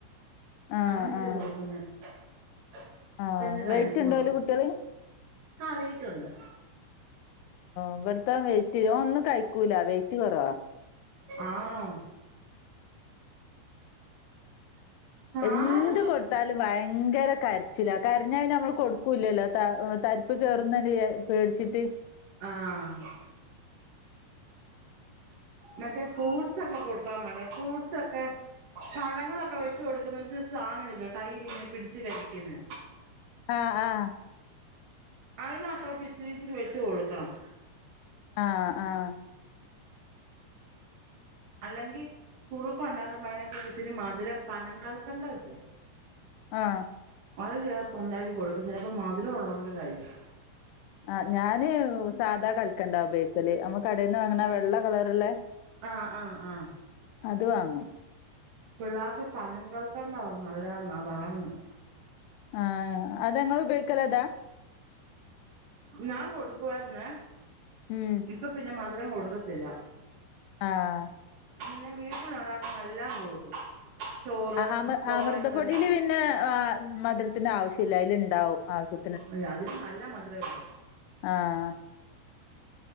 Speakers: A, on the left (about 85°); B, on the right (about 50°).
A: ആഹ്
B: അങ്ങനെയൊക്കെയാ
A: ആഹ്
B: കൊടുക്കുന്നെ ഇപ്പിര്ന്ന്
A: ആഹ്
B: കഴിച്ചോളും
A: വെയിറ്റ്ണ്ടോല് കുട്ട്യാള്?
B: ആഹ് വെയ്റ്റുണ്ട്
A: ഇവ്ടത്തവൻ വെയ്റ്റ് ഓനൊന്നും കഴിക്കൂല വെയ്റ്റ് കൊറവാ
B: ആഹ്
A: എന്ത്
B: ആഹാരൊക്കെ
A: കൊട്ത്താലും ഭയങ്കര കരച്ചിലാ കരഞ്ഞയിഞ്ഞാ നമ്മള് കൊടു ക്കുല്ലല്ലോ തരിപ്പ് കേയറുന്നട് പേടിച്ചിട്ട്
B: ആഹ് മറ്റേ ഫ്രൂട്ട്സ് ഒക്കെ കൊടുക്കാൻ മേലെ ഫ്രൂട്ട്സ് ഒക്കെ പഴങ്ങളൊക്കെ വെച്ചു കൊടുക്കുന്നര് സാധനമില്ലെ കയ്യിലിങ്ങനെ പിടിച്ചു കഴിക്കുന്ന
A: ആഹ് ആഹ്
B: അതിനകത്തോട്ട് ഇച്ചിരി ഇച്ചിരി വെച്ച് കൊടുക്കണം
A: ആഹ് ആഹ്
B: അല്ലെങ്കിൽ കുറുക്കണ്ടാക്കുമ്പോ അതിനകത്ത് ഇത്തിരി മധുരം പനം കൽ ക്കണ്ടമില്ലേ
A: ആഹ്
B: അത് ചേർത്ത് ഉണ്ടാക്കി കൊടുക്ക് ചിലപ്പോ മധുരംള്ളത് കൊണ്ട് കഴിക്കും
A: ആ ഞാന് സാധാ കളിക്കണ്ടാ ഉപയോഗിക്കല് നമ്മുക്കടെന്ന് വാങ്ങണ വെള്ള കളറ്ള്ള
B: ആഹ് ആഹ് ആഹ്
A: അത് വാങ്ങും
B: പിള്ളേർക്ക് പനം കൽക്കണ്ടാവ നല്ലന്നാ പറയുന്നെ
A: ആഹ് അതങ്ങള് ഉപയോഗിക്കല് അതാ
B: ഞാൻ കൊടുക്കുവാരുന്നേ
A: ഉം
B: ഇപ്പം പിന്നെ മധുരം കൊടുക്കത്തില്ല
A: ആഹ്
B: പിന്നെ വീട്ടിൽ ഉണ്ടാകുന്ന എല്ലാം കൊടുക്കും ചോറ്
A: ആ അമൃ
B: തോരൻ
A: അമൃതപ്പൊടിൽ
B: കറി
A: പിന്നെ മധുരത്തിന്റെ ആവശ്യല്ല അതിൽ ഉണ്ടാവും ആവശ്യ
B: അ അതില് നല്ല മധുരമല്ലേ
A: ആഹ്